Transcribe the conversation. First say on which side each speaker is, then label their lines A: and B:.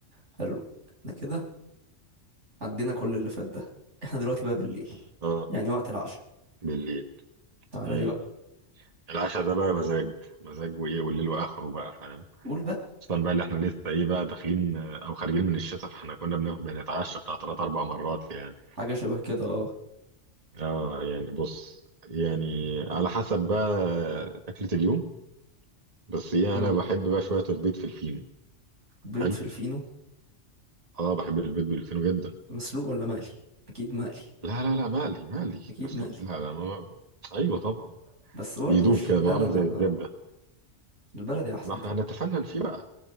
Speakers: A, on the right (about 75°); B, on the right (about 30°).
A: حلو احنا كده عدينا كل اللي فات ده احنا دلوقتي بقى بالليل
B: اه
A: يعني وقت العشاء
B: بالليل
A: تعالى
B: مم.
A: لي بقى
B: العشاء ده بقى مزاج مزاج وايه والليل واخره بقى فاهم
A: قول بقى
B: خصوصا بقى اللي احنا لسه ايه بقى داخلين آه، او خارجين من الشتاء فاحنا كنا بن- بنتعشى بتاع ثلاث اربع مرات يعني
A: حاجة شبه كده اه
B: اه يعني بص يعني على حسب بقى اكلة اليوم بس ايه
A: مم.
B: انا بحب بقى شويه البيض في الفينو
A: بيض
B: حلو
A: في الفينو
B: اه بحب البيض بالفينو جدا
A: مسلوق ولا مقلي اكيد مقلي
B: لا لا لا مقلي مقلي
A: اكيد
B: مسلوق
A: مقلي
B: لا لا ما ايوه طبعا
A: بس برضه
B: بيدوب
A: مش
B: كده
A: لا
B: بقى عامل
A: لا لا
B: زي
A: لا
B: الزبدة
A: البلدي احسن
B: ما احنا
A: طبعا
B: هنتفنن فيه بقى